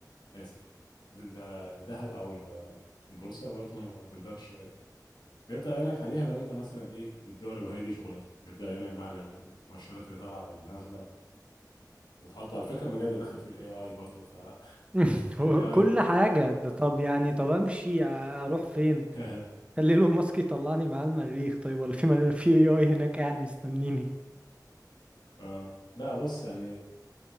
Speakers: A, on the left; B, on the right.
A: اسف ال- الذهب او ال- البورصه برضه ما بتقدرش بيفضل عينك عليها لو انت مثلا ايه بتدرب وهي دي شغلتك بيفضل عينك بقى على المؤشرات اللي طالعه واللي نازله وبتحطه على فكره المجال ده داخل فيه الاي اي برضه ف
B: <laughs>
A: يعني
B: هو
A: الاي
B: كل
A: اي
B: حاجة ده طب يعني طب امشي اروح فين
A: <laughs>
B: خلي له ماسك يطلعني معاه المريخ طيب ولا في مر... في اي اي هناك قاعد مستنيني
A: اه لا بص يعني